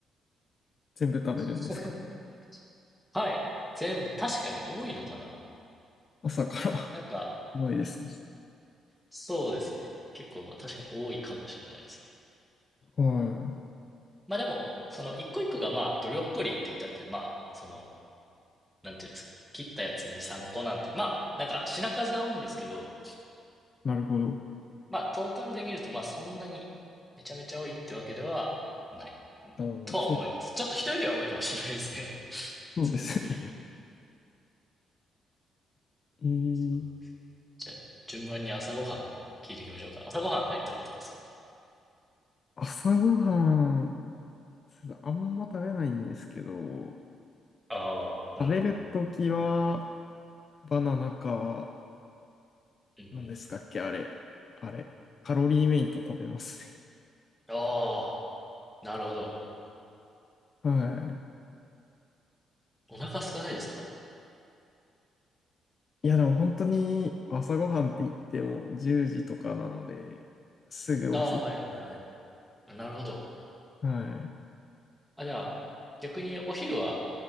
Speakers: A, on the left; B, in the centre.
A: 全部食べるんですか
B: <laughs> はい。全部、確かに多いのかな
A: 朝から。
B: なんか、
A: <laughs> すごいですね。
B: そうですね。結構、まあ確かに多いかもしれないですね。
A: は
B: まあでも、その一個一個がまあ、ブロッコリーって言ったって、まあ、その、なんていうんですかね。切ったやつ2、3個なんで、まあ、なんか品数は多いんですけど、
A: い。なるほど。
B: まあ、トータルで見ると、まあ、そんなにめちゃめちゃ多いってわけではない
A: あの、
B: とは思います。
A: そう、
B: ちょっと人よりは多いかもしれないですね。<laughs>
A: そうですよね。
B: 普通の人よりは。
A: ええ、
B: そうですじゃあ、順番に朝ごはん聞いていきましょうか。朝ごはん何食べたんですか
A: 朝ごはん、そうだあんま食べないんですけど、
B: ああ、なるほど。
A: 食べるときは、バナナか、
B: うんうん。
A: 何ですかっけ、あれ。あれ。カロリーメイト食べますね。
B: ああ、なるほど。
A: <laughs> はい。
B: お腹空かないですか
A: いや、でも本当に朝ごはんって言っても10時とかなので、すぐお昼。
B: ああ、はいはいはい。あなるほど。
A: はい。
B: あ、じゃあ、逆にお昼は